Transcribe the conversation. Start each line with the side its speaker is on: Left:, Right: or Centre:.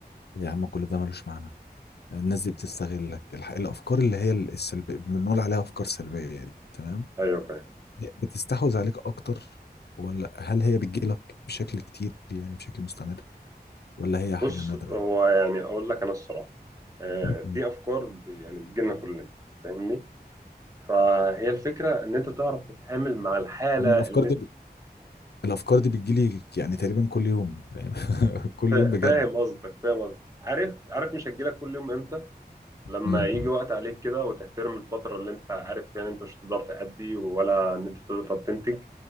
Left: يا عم كل ده ملوش معنى الناس دي بتستغلك الح... الافكار اللي هي السلبيه بنقول عليها افكار سلبيه دي تمام
Right: ايوه فاهم
Left: بتستحوذ عليك اكتر ولا هل هي بتجيلك بشكل كتير يعني بشكل مستمر ولا هي حاجة
Right: بص
Left: نادرة
Right: هو يعني اقول لك انا الصراحه آه، دي
Left: مم.
Right: افكار ب- يعني بتجيلنا كلنا فاهمني فهي الفكره ان انت تعرف تتعامل مع الحاله
Left: انا الافكار
Right: اللي
Left: دي
Right: انت
Left: ب... الافكار دي بتجيلي يعني تقريبا كل يوم فاهم <laughs> كل
Right: فا-
Left: يوم بجد
Right: فاهم قصدك فاهم قصدك عارف عارف مش هتجيلك كل يوم امتى لما
Left: مم.
Right: يجي وقت عليك كده وتحترم الفتره اللي انت عارف فيها ان انت مش هتقدر تأدي ولا ان انت تقدر تنتج